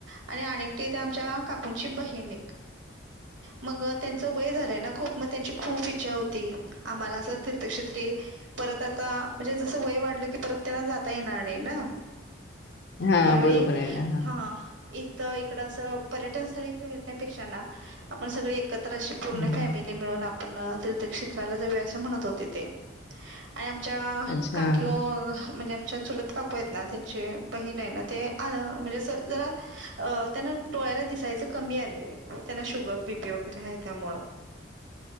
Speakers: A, on the right; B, on the left.
A: आणि एकटी त्या आमच्या काकूंची बहीण एक. मग त्यांच वय झालंय ना खूप मग त्यांची खूप इच्छा होती. आम्हाला असं तीर्थक्षेत्री. परत आता म्हणजे जसं वय वाढलं की परत त्यांना जाता येणार नाही ना.
B: हां,
A: म ह्या वेळीही
B: बरोबर आहे ना. हां,
A: हा. इथं इकडं असं पर्यटन स्थळी फेरण्यापेक्षा ना आपण सगळे एकत्र अशी. पूर्ण
B: हं.
A: फॅमिली मिळून आपण तीर्थक्षेत्राला जाऊया असे म्हणत होते ते. आणि आमच्या
B: अच्छा,
A: काकी वो म्हणजे आमच्या चुलत काकू आहेत. ना त्यांचे बहीण आहे ना ते अ म्हणजे आस जरा. अ त्यांना डोळ्याला दिसायचं कमी आलंय त्यांना शुगर बीपी वगैरे आहे त्यामुळ.
B: <inaudible>